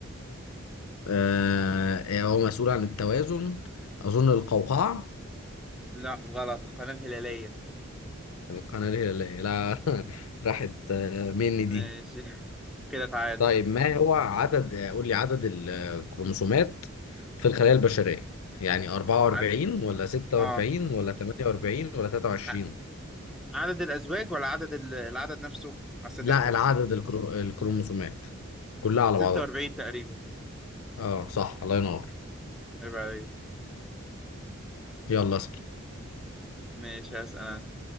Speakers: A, on the left; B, in the centre.
A: آه، هو مسؤول عن التوازن اظن القوقعه
B: لا غلط القناه الهلاليه
A: القناه الهلاليه لا <laughs> راحت آه، مني
B: ماشي
A: دي
B: <laughs> كده تعادل
A: طيب ما هو عدد قول لي عدد الكروموسومات في الخلايا البشرية يعني 44
B: عد...
A: ولا 46
B: اه
A: ولا 48 ولا 23
B: ع- عدد الازواج ولا عدد ال... العدد نفسه اصل
A: لا
B: تفرق
A: العدد الكرو... الكروموسومات كلها على
B: 46
A: بعضها
B: تقريبا
A: اه صح الله ينور
B: عيب عليك
A: يلا اسكي
B: ماشي هسأل انا